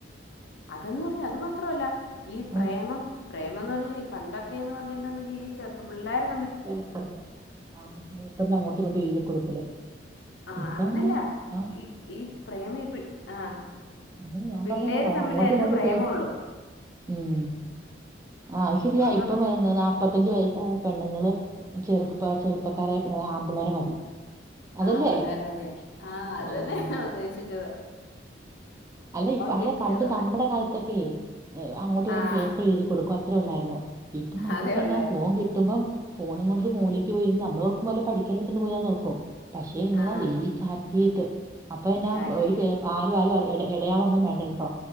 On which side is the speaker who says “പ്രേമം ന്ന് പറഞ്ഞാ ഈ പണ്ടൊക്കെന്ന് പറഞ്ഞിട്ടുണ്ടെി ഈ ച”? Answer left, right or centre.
Left